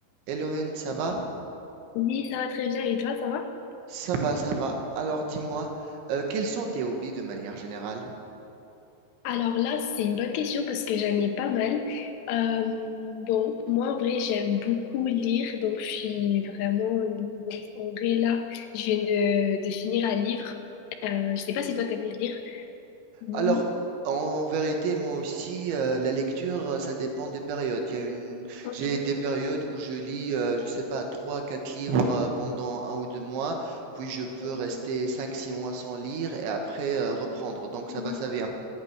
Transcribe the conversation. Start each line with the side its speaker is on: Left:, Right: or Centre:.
Right: Elohen, ça va?
Left: Oui, ça va très bien. Et toi, ça va?
Right: Ça va, ça va. Alors dis-moi, euh, quels sont tes hobbies de manière générale?
Left: Alors là, c'est une bonne question parce que j'en ai pas mal. Euh, bon, moi, en vrai, j'aime beaucoup lire, donc je suis vraiment liseuse. En vrai, là, je viens de, de finir un livre. Euh, je sais pas si toi, t'aimes bien lire. Mhm.
Right: Alors, en vérité, moi aussi, euh, la lecture, euh, ça dépend des périodes. Il y a une...
Left: Ok.
Right: J'ai des périodes où je lis, euh, je sais pas, 3, 4 livres euh, pendant un ou deux mois, puis je peux
Left: Ok.
Right: rester 5, 6 mois sans lire et après euh, reprendre. Donc
Left: Mhm.
Right: ça va, ça vient.